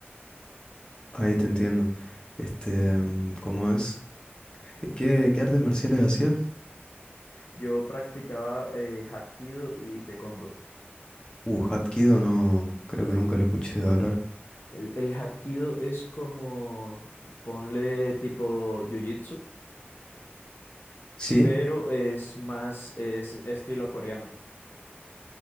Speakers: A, on the left (about 20°); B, on the left (about 60°).
A: Ahí te entiendo. Este, mm, ¿cómo es? ¿Qué, qué artes marciales hacías?
B: Yo practicaba eh, Hapkido y Taekwondo.
A: Uh, Hapkido no, creo que nunca lo escuché hablar.
B: El, el Hapkido es como, ponle tipo Jiu-Jitsu,
A: ¿Sí?
B: pero es más, es estilo coreano.